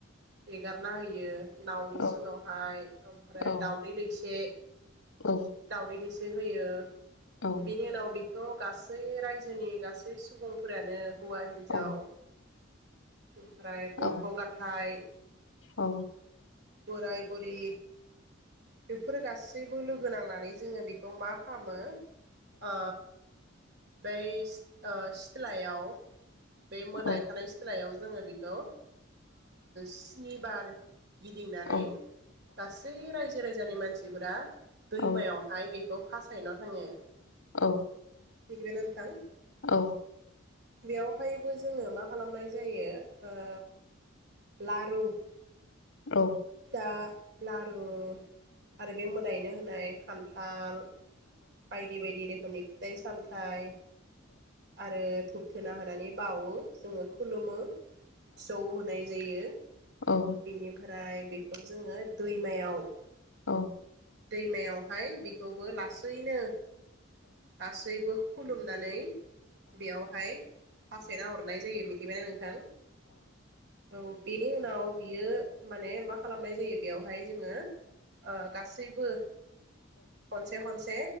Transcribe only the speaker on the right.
एगारना होयो। नावनि
सिङावहाय
ओमफ्राय
दावदै दैसे
दउदै दैसे होयो।
बिनि उनाव बे बेखौ गासै रायजोनि गासै सुबुंफोरानो हौवा- हिन्जाव
ओमफ्राय
गथ' गाथाइ
बराय- बुरि बेफोरो गासैबो लोगो नांनानै जोङो बेखौ मा खालामो ओ बै सिथ्लायाव बे मोदाय
थानाय सित्लायाव जोङो बेखौ स्निबार गिदिंनानै
गासै रायजो राजानि मानसिफोरा दैमायावहाय
बे खौ फासायना थाङो।
दिग्रि नोंथां।
बेवहायबो जोङो मा खालामनाय जायो ओ लारुब।
आ लारु आरो बे मोदायैनो होनाय खान्थाल। बायदि बायदि रोखोमनि फिथाइ सामथाइ आरो हुबथोना होनानै बावो जोङो खुलुमो फिसौ होनाय जायो।
बिनिफ्राय बेखौ जोङो दैमायाव
दैमायावहाय बिखौबो लासैनो लासैबो ह खुलुमनानै बेयावहाय फासायना हरनाय जायो मिथिबायना नोंथां। औ बेनि उनाव बियो माने मा खालामनाय जायो बेवहाय जोङो ओ गासैबो खनसे खनसे